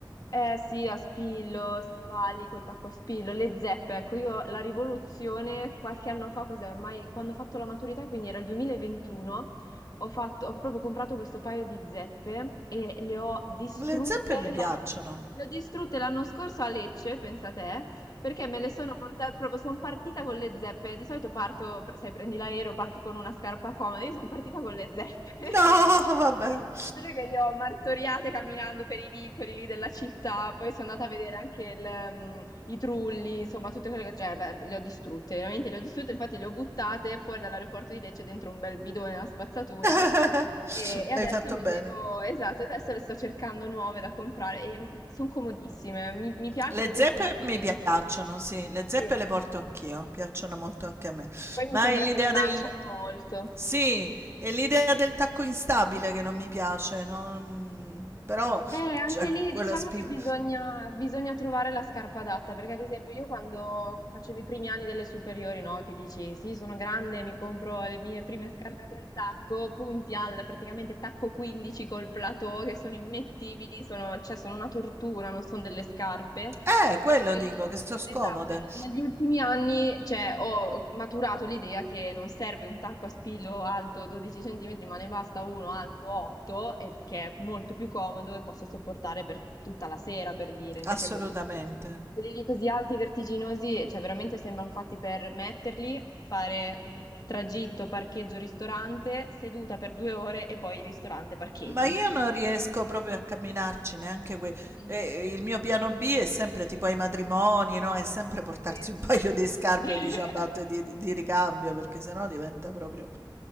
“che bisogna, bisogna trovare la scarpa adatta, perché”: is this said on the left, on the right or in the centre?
Left